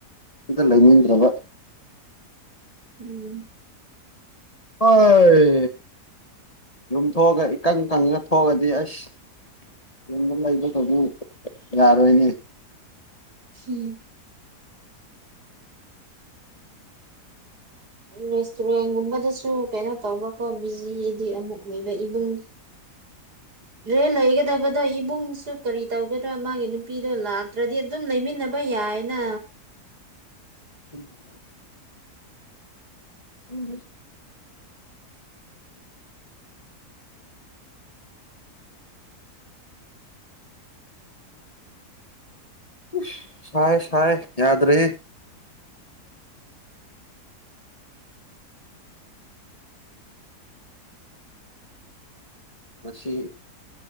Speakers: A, on the left; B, on the right.
A: ꯗ ꯂꯩꯅꯤꯡꯗ꯭ꯔꯕ
B: ꯎꯝ
A: ꯍꯣꯏ ꯌꯨꯝꯊꯣꯛꯑꯒ ꯏꯀꯪ ꯀꯪꯉꯒ ꯊꯣꯛꯑꯗꯤ ꯑꯁ ꯎꯪꯉꯥ ꯂꯩꯕꯗꯨꯗꯤ ꯌꯥꯔꯣꯏꯅꯦ
B: ꯁꯤꯝ ꯔꯦꯁꯇꯨꯔꯦꯟꯒꯨꯝꯕꯗꯁꯨ ꯀꯩꯅꯣ ꯇꯧꯕꯀꯣ ꯕꯤꯖꯤꯗꯤ ꯑꯃꯨꯛ ꯂꯩꯕ ꯏꯕꯨꯡ
A: <inaudible>
B: ꯔꯦꯜ ꯂꯩꯒꯗꯕꯗꯣ ꯏꯕꯨꯡꯁꯨ ꯀꯔꯤ ꯇꯧꯒꯗ꯭ꯔ ꯃꯥꯒꯤ ꯅꯨꯄꯤꯗꯣ ꯂꯥꯛꯇ꯭ꯔꯗꯤ ꯑꯗꯨꯝ ꯂꯩꯃꯤꯟꯅꯕ ꯌꯥꯏꯅ꯫
A: <unintelligible> ꯎꯝ <unintelligible> ꯎꯁ ꯁꯥꯥꯏ ꯁꯥꯥꯏ ꯌꯥꯗ꯭ꯔꯦꯍꯦ ꯉꯁꯤ